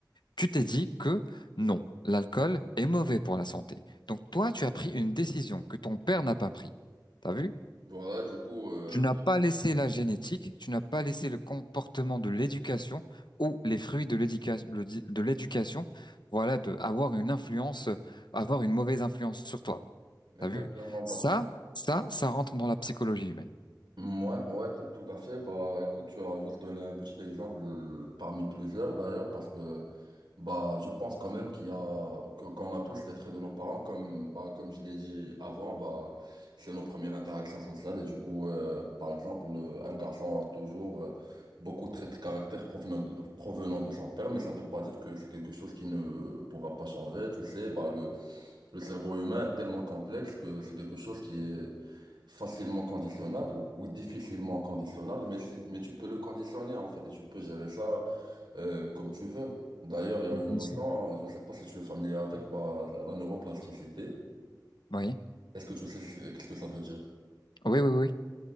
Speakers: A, on the left; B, on the right.
A: tu t'es dit que non, l'alcool est mauvais pour la santé. Donc toi, tu as pris une décision que ton père n'a pas pris. T'as vu?
B: Voilà, du coup, euh,
A: Tu n'as pas laissé la génétique, tu n'as pas laissé le comportement de l'éducation ou les fruits de l'éducation, de l'éducation, voilà, de avoir une influence, euh, avoir une mauvaise influence sur toi.
B: exactement,
A: T'as vu?
B: bah,
A: Ça, ça, ça rentre dans la psychologie humaine.
B: Mm, Ouais, ouais, tout tout à fait. Bah, écoute, tu as juste donné un petit exemple euh, parmi plusieurs d'ailleurs, parce que bah, je pense quand même qu'il y a que- qu'on a tous les traits de nos parents, comme bah, comme je l'ai dit avant, bah, c'est nos premières interactions sociales et du coup, euh, par exemple, euh, un garçon aura toujours euh, beaucoup de traits de caractère provenant de, provenant de son père, mais ça ne veut pas dire que c'est quelque chose qui ne pourra pas changer. Tu sais, bah le le cerveau humain est tellement complexe que c'est quelque chose qui est facilement conditionnable ou difficilement conditionnable, mais c'est- mais tu peux le conditionner en fait et tu peux gérer ça euh, comme tu veux. D'ailleurs, il y a
A: Bien
B: une notion,
A: sûr.
B: je ne sais pas si tu es familier avec, bah, la neuroplasticité.
A: Oui,
B: Est-ce que tu sais ce- qu'est-ce que ça veut dire?
A: oui, oui, oui,